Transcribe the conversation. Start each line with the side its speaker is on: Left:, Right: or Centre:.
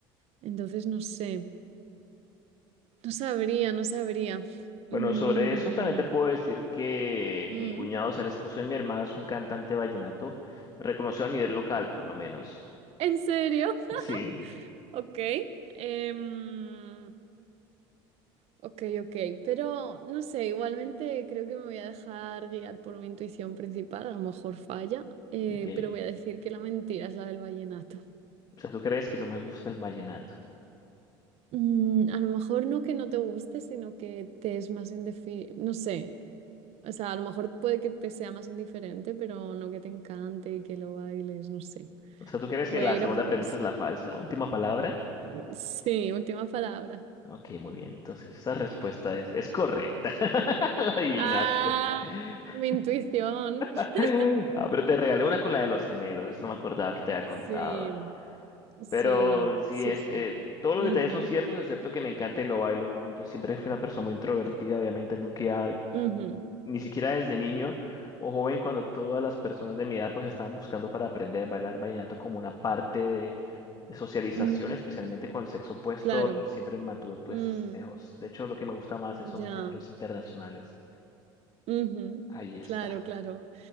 Right: entonces no sé, no sabría, no sabría.
Left: Bueno,
Right: Mm,
Left: sobre eso también te puedo decir que
Right: mm.
Left: mi cuñado, o sea, el esposo de mi hermana, es un cantante vallenato reconocido a nivel local, por lo menos.
Right: ¿En serio?
Left: Sí,
Right: <laughs> Ok. Em, Ok, ok, pero no sé, igualmente creo que me voy a dejar guiar por mi intuición principal, a lo mejor falla, eh,
Left: ok.
Right: pero voy a decir que la mentira es la del vallenato.
Left: O sea, ¿tú crees que no me gusta el vallenato?
Right: Mm, a lo mejor no que no te guste, sino que te es más indiferente, no sé, o sea, a lo mejor puede que te sea más indiferente, pero no que te encante y que lo bailes, no sé.
Left: O sea, ¿tú crees
Right: Voy
Left: que la
Right: a ir
Left: segunda
Right: a por
Left: premisa
Right: eso.
Left: es la falsa? ¿Última palabra?
Right: Mm, Sí, última palabra.
Left: Ok, muy bien. Entonces, esa respuesta es, es correcta. <laughs> La adivinaste.
Right: Ah,
Left: <laughs>
Right: mi intuición. <laughs>
Left: Ah, pero te regalé una con la de
Right: Eh,
Left: los gemelos. Esto no me acordaba que te había contado.
Right: sí. Sí,
Left: Pero sí
Right: sí,
Left: es,
Right: sí.
Left: eh, todos
Right: Ujú,
Left: los detalles son ciertos, excepto que me encanta y lo bailo, ¿no? Yo siempre fui una persona muy introvertida, obviamente nunca,
Right: ujú,
Left: ni siquiera desde niño o joven, cuando todas las personas de mi edad pues estaban buscando para aprender a bailar vallenato como una parte de, de socialización,
Right: mm,
Left: especialmente con el sexo opuesto,
Right: claro.
Left: yo siempre me mantuve pues
Right: mm,
Left: lejos. De hecho, lo que me gusta más es- son
Right: ya.
Left: géneros internacionales.
Right: ujú,
Left: Ahí está.
Right: claro, claro.